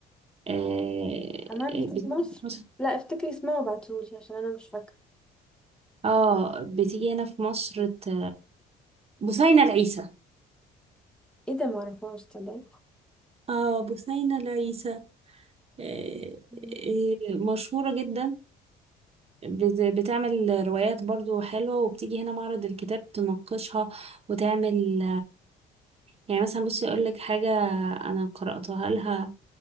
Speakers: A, on the right (about 35°); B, in the centre.
A: آه
B: كمان
A: بتيجي
B: بتيجي مصر
A: في مصر
B: لا افتكري اسمها وابعتهولي عشان أنا مش فاكرة
A: اه بتيجي هنا في مصر ت... بثينة العيسى
B: ايه ده معرفهاش تصدقي
A: اه بثينة العيسى آه،
B: مم.
A: آه، مشهورة جدا بت- بتعمل روايات برضو حلوة وبتيجي هنا معرض الكتاب تناقشها وتعمل يعني مثلا بصي أقول لك حاجة أنا قرأتها لها